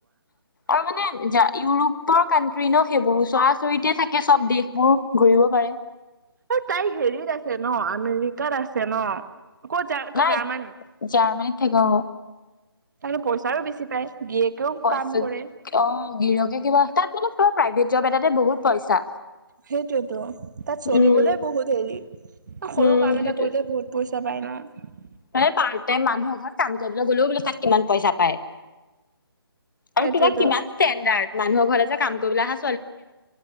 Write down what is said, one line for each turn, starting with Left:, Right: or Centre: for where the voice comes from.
Left: আৰু মানে য ইউৰোপৰ কানট্ৰি ন সেইবোৰো চোৱা। চৰিতে থাকে চব দেশবোৰ ঘূৰিব পাৰে।
Right: তাই হেৰিত আছে ন? আমেৰিকাত আছে ন! ক'ত য
Left: নাই
Right: জাৰ্মানে
Left: জাৰ্মানীত থাকে অ
Right: তাৰো পইচাও বেছি পায়। গিয়েকেও
Left: কৈছো
Right: কাম কৰে।
Left: অ গিৰিয়কে কিবা তাত মানে <unintelligible> এটাতে বহুত পইচা।
Right: সেইটোয়েতো তাত চলিবলে
Left: উম
Right: বহুত হেৰি সৰু
Left: উম
Right: কাম
Left: সেইটোৱে
Right: এটা কৰিলে বহুত পইচা। যাবাই ন?
Left: মানে পাৰ্ট টাইম মানুহৰ ঘৰত কাম কৰিবলৈ গ'লেও বোলে তাত কিমান পইচা পায়।
Right: সেইটোৱেতো।
Left: আৰু তোমাক কিমান ষ্টেণ্ডাৰদ। মানুহৰ ঘৰলে যে কাম কৰিবলৈ আহা